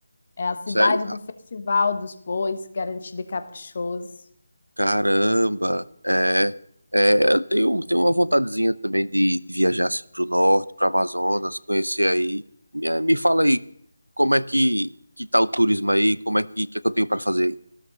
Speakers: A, on the left; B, on the right.
A: É a cidade
B: Sério?
A: do
B: Ah,
A: Festival dos Bois, Garantido e Caprichoso.
B: Caramba! É, é, eu tenho, tenho uma vontadezinha também de, de viajar assim para o norte, para Amazonas, conhecer aí. Me, me fala aí como é que, que tá o turismo aí, como é que, que é que eu tenho para fazer aí?